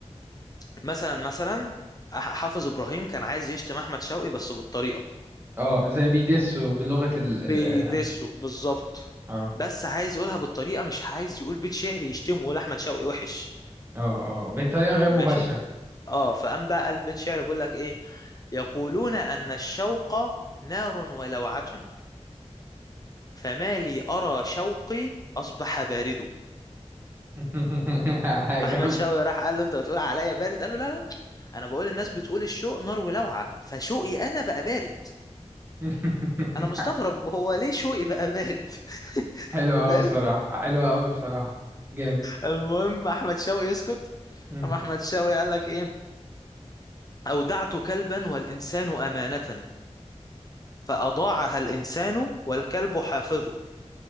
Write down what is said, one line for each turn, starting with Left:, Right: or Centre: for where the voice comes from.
Left: مثلا مثلا أح- حافظ ابراهيم كان عايز يشتم احمد شوقي بس بالطريقه
Right: اه زي بيدسوا بلغة ال
Left: بيدسه
Right: ال اه
Left: بالظبط
Right: اه
Left: بس عايز يقولها بالطريقه مش عايز يقول بيت شعر يشتمه يقول احمد شوقي وحش
Right: اه آه، بطريقة غير
Left: ماشي
Right: مباشرة
Left: اه فقام بقى قال بيت شعر بيقول لك ايه يقولون ان الشوق نار ولوعه فما لي أرى شوقي أصبح بارده
Right: <laughs>
Left: فأحمد
Right: جامد
Left: شوقي راح قال له أنت بتقول عليا بارد قال له لا لا أنا بقول الناس بتقول الشوق نار ولوعة فشوقي أنا بقى بارد
Right: <laughs>
Left: أنا مستغرب هو ليه شوقي بقى بارد
Right: حلوة
Left: <laughs>
Right: أوي
Left: فاهم
Right: بصراحة حلوة أوي بصراحة جامد
Left: المهم أحمد شوقي يسكت
Right: مم.
Left: أما أحمد شوقي قال لك إيه أودعت كلبا والإنسان أمانة فأضاعها الإنسان والكلب حافظ